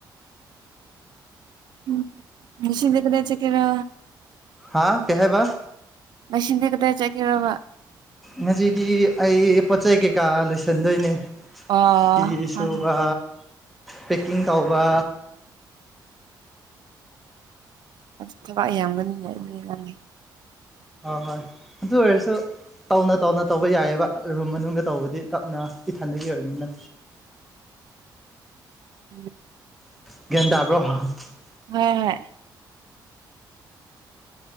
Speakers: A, on the right (about 65°); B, in the centre.
A: ꯎꯝ ꯉꯁꯤꯗꯤ ꯀꯗꯥꯏ ꯆꯠꯇꯣꯏꯅꯣ
B: ꯍꯥꯥ ꯀꯩꯍꯥꯏꯕ
A: ꯉꯁꯤꯗꯤ ꯀꯗꯥꯏ ꯆꯠꯀꯦꯔꯕ
B: ꯉꯁꯤꯗꯤ ꯑꯩ ꯄꯣꯠ ꯆꯩ ꯀꯩꯀꯥ ꯂꯣꯏꯁꯟꯗꯣꯏꯅꯦ
A: ꯑꯣ
B: ꯐꯤꯁꯨꯕꯥ
A: ꯍꯣꯏ ꯍꯣꯏ
B: ꯄꯦꯛꯀꯤꯡ ꯇꯧꯕ
A: ꯑꯁ ꯊꯕꯛ ꯌꯥꯝꯒꯅꯤꯅꯦ ꯑꯗꯨꯗꯤ ꯅꯪ
B: ꯍꯣꯏ ꯑꯗꯨ ꯑꯣꯏꯔꯁꯨ ꯇꯧꯅ ꯇꯧꯅ ꯇꯧꯕ ꯌꯥꯏꯑꯦꯕ ꯔꯨꯝ ꯃꯅꯨꯡꯗ ꯇꯧꯕꯗꯤ ꯇꯞꯅ ꯏꯊꯟꯗꯒꯤ ꯑꯣꯏꯔꯕꯅꯤꯅ
A: ꯎꯝ
B: <unintelligible>
A: ꯍꯣꯏ